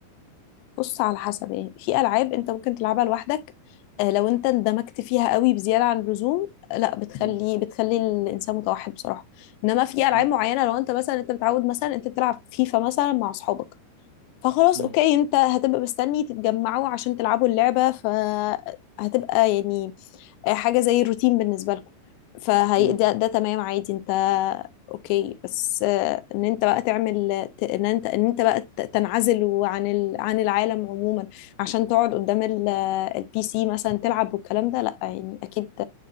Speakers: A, on the left (about 80°); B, on the right (about 70°).
A: بص على حسب يعني في العاب انت ممكن تلعبها لوحدك آه، لو انت اندمجت فيها قوي بزياده عن اللزوم آه، لا بتخلي
B: مم.
A: بتخلي الانسان متوحد بصراحه انما في العاب
B: مم.
A: معينه لو انت مثلا انت متعود مثلا انت تلعب فيفا مثلا مع اصحابك فخلاص
B: مم.
A: اوكي انت هتبقى مستني تتجمعوا عشان تلعبوا اللعبه فهتبقى يعني آه، حاجة زي الروتين بالنسبة لكم فهي
B: مم.
A: ده, ده تمام عادي انت اوكي بس آه، ان انت بقى تعمل ت- ان انت ان انت بقى ت- تنعزل عن ال... عن العالم عموما عشان تقعد قدام ال... البي سي مثلا تلعب والكلام ده لا يعني اكيد